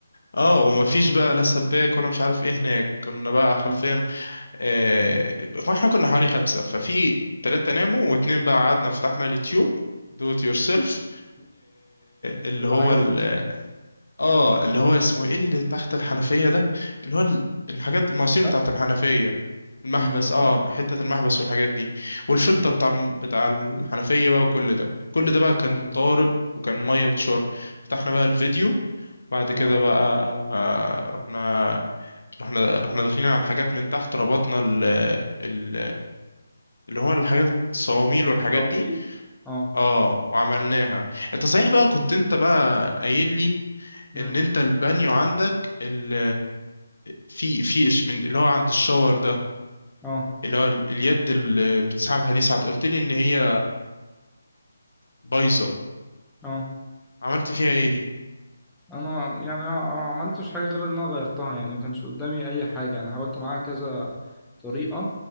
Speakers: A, on the left; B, in the centre.
A: اه ومفيش بقى لا سباك ولا مش عارف ايه هناك كنا بقى
B: مم.
A: حرفيا آه... واحنا كنا حوالي خمسة ففي تلاتة ناموا واتنين بقى قعدنا فتحنا اليوتيوب دو ات يور سيلف
B: <laughs>
A: اللي
B: اللي
A: هو
B: عجب
A: ال...
B: نفسك
A: اه اللي هو اسمه ايه اللي تحت الحنفية ده اللي هو ال- الحاجات المواسير
B: محبس
A: بتاعت الحنفية المحبس
B: امم
A: اه حتة المحبس والحاجات دي والفلتر
B: أمم.
A: بتاع الم- بتاع الحنفية بقى وكل ده كل ده بقى كان
B: اه
A: ضارب وكان مية بتشر فتحنا بقى الفيديو بعد كده
B: اه
A: بقى آه، رحنا رحنا رحنا داخلين على الحاجات من تحت ربطنا ال... ال... اللي هو الحاجات الصواميل والحاجات
B: تعميد
A: دي
B: اه
A: اه وعملناها انت صحيح بقى كنت انت بقى قايل لي
B: مم.
A: ان انت البانيو عندك ال... في في إش- من اللي هو عند الشاور ده
B: اه
A: اللي هو ال- اليد اللي بتسحبها دي ساعات قلت لي ان هي بايظه
B: اه
A: عملت فيها ايه دي
B: انا يعني ما عملتش حاجه غير ان انا غيرتها يعني ما كانش قدامي اي حاجه انا حاولت معاها كذا طريقه